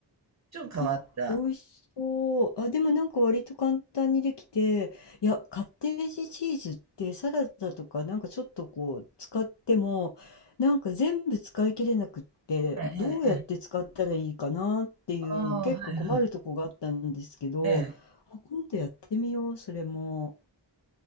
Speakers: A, on the right; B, on the left.
A: ちょっと変わった。
B: あ、美味しそう。あ、でもなんか割と簡単にできて、いや、カッテージチーズってサラダとかなんかちょっとこう使っても、なんか全部使い切れなくって、
A: ええ、
B: どうやって使ったらいいかなっていうの結構困るとこがあったんですけど、
A: ええ、ああ、はいはい。ええ、
B: あ、今度やってみよう、それも。